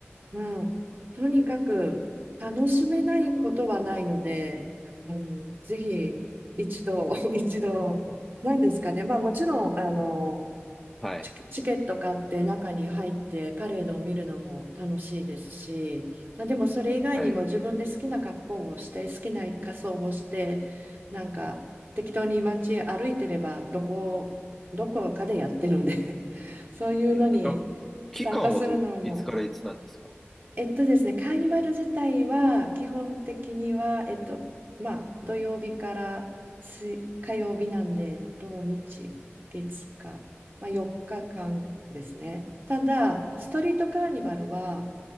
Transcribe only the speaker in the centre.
はい、
はい。
うん、あ、期間はど、いつからいつなんですか。